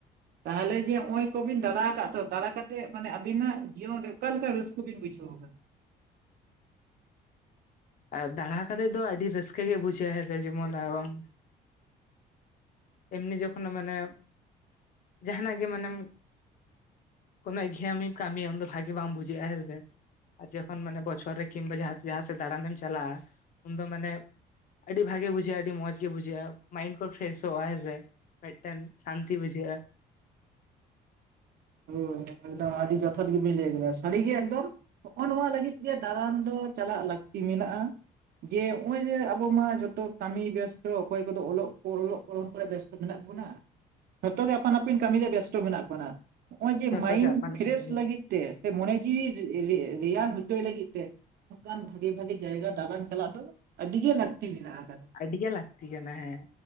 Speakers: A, on the right; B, on the left.
A: ᱛᱟᱦᱚᱞᱮ ᱡᱮ ᱦᱚᱸᱜ-ᱚᱸᱭ ᱠᱚ ᱵᱤᱱ ᱫᱟᱬᱟ ᱟᱠᱟᱜ-ᱟ ᱛᱚ ᱫᱟᱬᱟ ᱠᱟᱛᱮᱜ ᱢᱟᱱᱮ ᱟᱵᱤᱱᱟᱜ ᱡᱤᱭᱚᱱ ᱨᱮ ᱚᱠᱟ ᱞᱮᱠᱟ ᱨᱟᱹᱥᱠᱟᱹ ᱵᱤᱱ ᱵᱩᱡᱷᱟᱹᱣ ᱠᱟᱫᱟ?
B: ᱟᱨ ᱫᱟᱬᱟ ᱠᱟᱛᱮᱜ ᱫᱚ ᱟᱰᱤ ᱨᱟᱹᱥᱠᱟᱹ ᱜᱮ ᱵᱩᱡᱷᱟᱹᱜ-ᱟ ᱦᱮᱸᱥᱮ ᱡᱮᱢᱚᱱ ᱟᱢᱼᱼ ᱮᱢᱱᱤ ᱡᱮᱠᱷᱚᱱᱚ ᱢᱟᱱᱮ ᱡᱟᱦᱟᱸ ᱱᱟᱜ ᱜᱮ ᱢᱟᱱᱮᱢᱼᱼ ᱠᱚᱱᱚ ᱜᱷᱤᱭᱟᱢᱤ ᱠᱟᱢᱤᱭ ᱩᱱ ᱫᱚ ᱵᱷᱟᱜᱮ ᱵᱟᱢ ᱵᱩᱡᱷᱟᱹᱜ- ᱟ ᱦᱮᱸ ᱥᱮ᱾ ᱟᱨ ᱡᱚᱠᱷᱚᱱ ᱢᱟᱱᱮ ᱵᱚᱪᱷᱚᱨ ᱨᱮ ᱠᱤᱝ ᱵᱟ ᱡᱟᱦᱟᱸ ᱥᱮᱜ ᱡᱟᱦᱟᱸ ᱥᱮᱫ ᱫᱟᱬᱟ ᱱᱮᱢ ᱪᱟᱞᱟᱜ-ᱟ ᱩᱱ ᱫᱚ ᱢᱟᱱᱮᱼᱼ ᱟᱹᱰᱤ ᱵᱷᱟᱜᱮ ᱵᱩᱡᱷᱟᱹᱜ-ᱟ ᱟᱹᱰᱤ ᱢᱚᱸᱡᱽ ᱜᱮ ᱵᱩᱡᱷᱟᱹᱜ-ᱟ ᱢᱟᱭᱤᱱᱰ ᱠᱚ ᱯᱷᱨᱮᱥᱼᱼ ᱥᱚᱜ- ᱟᱭ ᱦᱮᱸ ᱥᱮ ᱢᱤᱫᱴᱮᱱ ᱥᱟᱱᱛᱤ ᱵᱩᱡᱷᱟᱹᱜ-ᱟ᱾
A: ᱦᱩᱢ ᱮᱠᱫᱚᱢ ᱟᱰᱤ ᱡᱚᱛᱷᱟᱛ ᱜᱮ ᱵᱤᱱ ᱞᱟᱹᱭ‌ ᱠᱟᱫᱟ ᱥᱟᱲᱤ ᱜᱮ ᱮᱠᱫᱚᱢ᱾ ᱦᱚᱸᱜ-ᱚ ᱱᱚᱣᱟ ᱞᱟᱹᱜᱤᱫ ᱜᱮ ᱫᱟᱬᱟᱱ ᱫᱚ ᱪᱟᱞᱟᱜ ᱞᱟᱠᱛᱤ ᱢᱮᱱᱟᱜ-ᱟ᱾ ᱡᱮ ᱱᱚᱜ-ᱚᱸᱭ ᱡᱮ ᱟᱵᱚ ᱢᱟ ᱡᱚᱛᱚ ᱠᱟᱹᱢᱤ ᱵᱮᱥᱛᱚ ᱚᱠᱚᱭ ᱠᱚ ᱫᱚ ᱚᱞᱚᱜ ᱚᱞᱚᱜ ᱯᱚᱲᱦᱚᱱ ᱠᱚ ᱨᱮ ᱵᱮᱥᱼᱼ ᱢᱮᱱᱟᱜ ᱵᱚᱱᱟ ᱡᱷᱚᱛᱚ ᱜᱮ ᱟᱯᱟᱱ ᱟᱹᱯᱤᱱ ᱠᱟᱹᱢᱤ ᱨᱮ ᱵᱮᱥᱛᱚ ᱢᱮᱱᱟᱜ ᱵᱚᱱᱟ᱾ ᱦᱚᱸᱜ-ᱚᱭ ᱡᱮ
B: ᱡᱷᱚᱛᱚ
A: ᱢᱟᱭᱤᱱᱰ
B: ᱜᱮ ᱟᱯᱟᱱ
A: ᱯᱷᱨᱮᱥ
B: ᱟᱹᱯᱤᱱ
A: ᱞᱟᱹᱜᱤᱫ ᱛᱮ ᱥᱮ ᱢᱚᱱᱮ ᱡᱤᱣᱤ ᱨᱮᱜ ᱮ ᱨᱮ ᱨᱮᱭᱟᱲ ᱦᱚᱪᱚᱭ ᱞᱟᱹᱜᱤᱫ ᱛᱮ᱾ ᱚᱝᱠᱟᱱ ᱵᱷᱟᱜᱤ ᱵᱷᱟᱜᱤ ᱡᱟᱭᱜᱟ ᱫᱟᱬᱟᱱ ᱪᱟᱞᱟᱜ ᱫᱚ ᱟᱹᱰᱤ ᱜᱮ ᱞᱟᱠᱛᱤ ᱢᱮᱱᱟᱜ-ᱟ᱾
B: ᱟᱰᱤ ᱜᱮ ᱞᱟᱠᱛᱤ ᱠᱟᱱᱟ ᱦᱮᱸ᱾